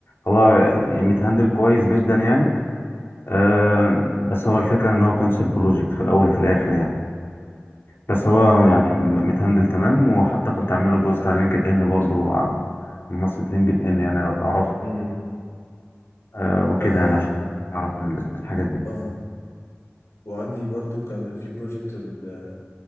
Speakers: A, on the left; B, on the left.
A: هو متهندل كويس جدا يعني آه بس هو الفكرة ان هو كونسول بروجكت في الاول وفي الاخر يعني بس هو
B: اه
A: يعني م- متهندل تمام وحتى كنت عامل له بوست على لينكد ان برضو ع- منصة لينكد ان يعني لو تعرفه
B: امم
A: آه وكده
B: آه
A: يعني عشان اعرف ال- الحاجات دي
B: آه وعندي برضو كان في بروجكت ال-